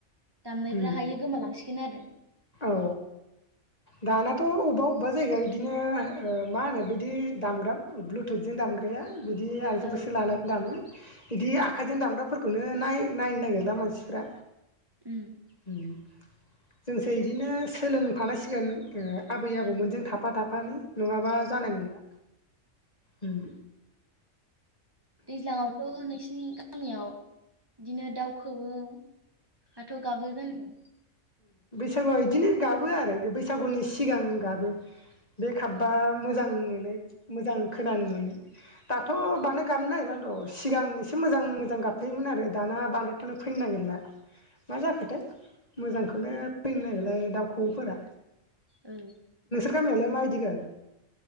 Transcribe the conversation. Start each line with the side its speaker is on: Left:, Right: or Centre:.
Right: दामनायफ्रा
Left: उम
Right: हायो गोमालांसि गोन आरो
Left: औ दानाथ' अबबा अबबा जायगायाव इदिनो ओ मा होनो बिदि दामग्रा ब्लुथुथजों दामग्राया बिदि आगजुखौसो
Right: औ
Left: लानानै दामो। इदि आखाइजों दामग्राफोरखौनो नाय नायनो नागिरला मानसिफ्रा।
Right: उम
Left: उम <inaudible> जोंसो इदिनो सोलोंफानांसिगोन ओ आबै आबौमोनजों थाफा थाफानो। नङाबा जानाय नंला। ओम
Right: दैज्लांङावथ' नोंसिनि गा गामियाव बिदिनो दाउखौवौ हाथ' गाबो जानांगौ
Left: सागुआव इदिनो गाबो आरो बैसागुनि सिगां गाबो। बे खाबबा
Right: औ
Left: मोजां मोनो। मोजां खोनानो मोनो दाथ' बांद्राय गाबनो नागिरला र' सिगां एसे मोजां मोजां गाबफैयोमोन आरो दाना बांद्रायखौनो फैनो नागिरला। मा जाखोथाय मोजांखौनो फैनो नागिरलाय दाउखौवौफोरा।
Right: औ
Left: गामियावलाय माबायदि गाबो?